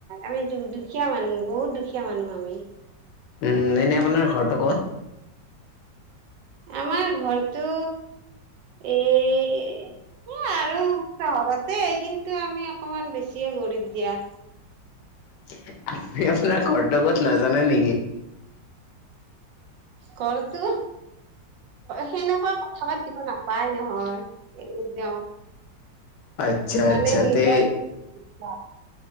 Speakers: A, on the right; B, on the left.
A: আমি দুখীয়া মানুহ, বহুত দুখীয়া মানুহ আমি
B: উম, এনে আপোনাৰ ঘৰটো ক'ত?
A: আমাৰ ঘৰটো এই আৰু চহৰতে, কিন্তু আমি অকমান বেছিয়ে গৰীব দিয়া
B: <unintelligible> আপোনাৰ ঘৰতে ক'ত নাজানা নেকি?
A: ঘৰটো সেনেকুৱা, কথা পাতিব নাপায় নহয় একদম
B: আচ্ছা
A: মানে
B: আচ্ছা তে
A: <unintelligible>